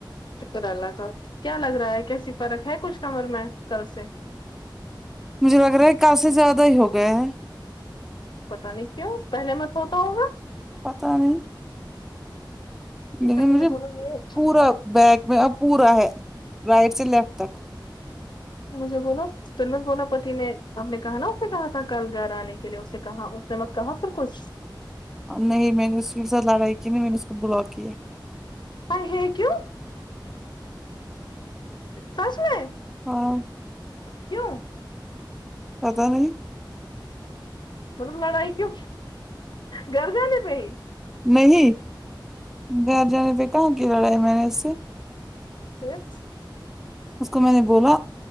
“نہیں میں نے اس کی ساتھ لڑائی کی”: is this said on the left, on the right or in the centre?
Centre